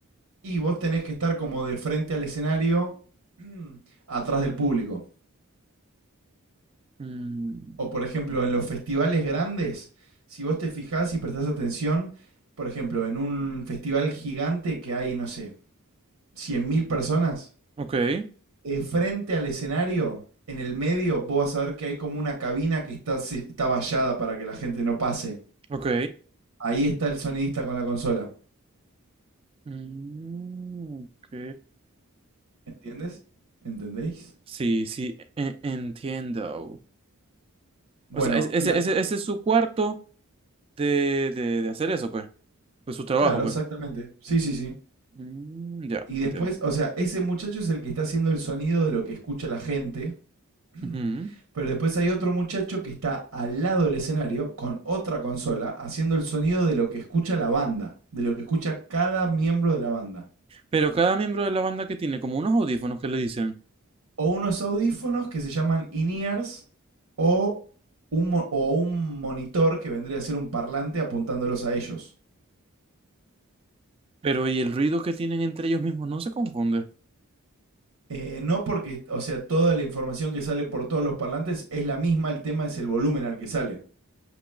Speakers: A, on the right; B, on the right.
A: Y vos tenés que estar como de frente al escenario, <clears throat> atrás del público.
B: Mm,
A: O por ejemplo, en los festivales grandes, si vos te fijás y prestás atención, por ejemplo, en un festival gigante que hay, no sé, 100.000 personas,
B: ok,
A: eh, frente al escenario, en el medio, vos vas a ver que hay como una cabina que está, se- está vallada para que la gente no pase.
B: ok.
A: Ahí está el sonidista con la consola.
B: Mm, ok.
A: ¿Entiendes? ¿Entendéis?
B: Sí, sí, e- entiendo.
A: Bueno,
B: O sea, es- ese,
A: la
B: ese,
A: cue-
B: ese es su cuarto de, de, de hacer eso, pues. De su trabajo,
A: claro,
B: pues.
A: exactamente. Sí, sí, sí.
B: Mm, ya,
A: Y después,
B: entiendo.
A: o sea, ese muchacho es el que está haciendo el sonido de lo que escucha la gente. <clears throat>
B: Ujú.
A: Pero después hay otro muchacho que está al lado del escenario con otra consola haciendo el sonido de lo que escucha la banda, de lo que escucha cada miembro de la banda.
B: Pero cada miembro de la banda que tiene como unos audífonos que le dicen.
A: O unos audífonos que se llaman in-ears o un, mo- o un monitor que vendría a ser un parlante apuntándolos a ellos.
B: Pero, ¿y el ruido que tienen entre ellos mismos no se confunde?
A: Eh, no porque, o sea, toda la información que sale por todos los parlantes es la misma, el tema es el volumen al que sale.